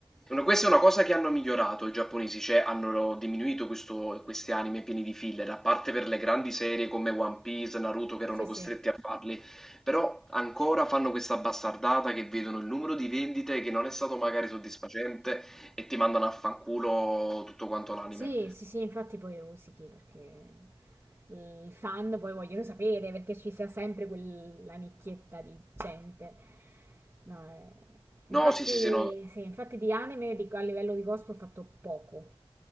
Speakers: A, in the centre; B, on the right (about 25°).
A: Una- Questa è una cosa che hanno migliorato i giapponesi, cioè hanno diminuito questo- questi anime pieni di filler, a parte per le grandi serie come One Piece, Naruto che erano
B: Sì, sì.
A: costretti a farli, però ancora fanno questa bastardata che vedono il numero di vendite che non è stato magari soddisfacente e ti mandano a fanculo tutto quanto l'anime.
B: Sì, sì, sì, infatti poi rosichi perché i fan poi vogliono sapere perché ci sta sempre quella nicchietta di gente. No, eh, Infatti,
A: No, sì, sì, sì, no.
B: sì, infatti di anime di- a livello di cosplay ho fatto poco. Ho